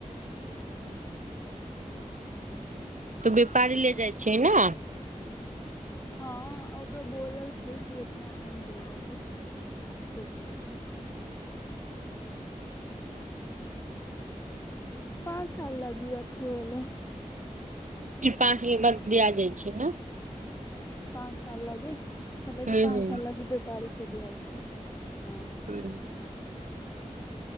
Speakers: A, on the right (about 70°); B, on the left (about 20°).
A: तऽ व्यापारी ले जाइ छियै ना
B: हाँ ओकरा बोलल छै कि इतना आम देबैके <unintelligible> पाँच साल लागि अथि भेलयै
A: फर पाँच ग बाद द जाइ छै ने
B: पाँच साल लागी मतलब
A: हूँ
B: क पाँच
A: हूँ
B: साल लागी व्यापारी के दैयाल छै हँ
A: <unintelligible>